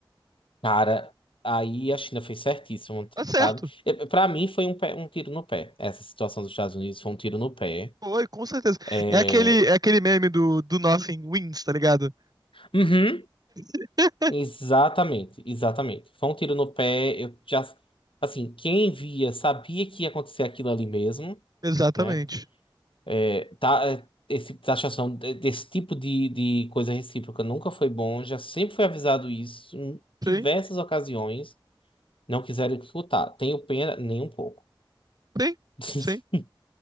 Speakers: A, on the left; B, on the right.
A: Cara, aí a China fez certíssimo,
B: Tá certo.
A: sabe? Para mim foi um, pé- um tiro no pé. Essa situação dos Estados Unidos foi um tiro no pé.
B: Foi, com certeza.
A: É,
B: É aquele, é aquele meme do, do Nothing Wins, tá ligado?
A: Uhum,
B: <laughs>
A: exatamente, exatamente. Foi um tiro no pé. Eu já, assim, quem via sabia que ia acontecer aquilo ali mesmo,
B: Exatamente.
A: né? É, tá, é, esse tipo de taxação, de- desse tipo de, de coisa recíproca nunca foi bom. Já sempre foi avisado isso em diversas
B: Sim,
A: ocasiões. Não quiseram escutar. Tenho pena, nem um pouco.
B: sim,
A: <laughs>
B: sim.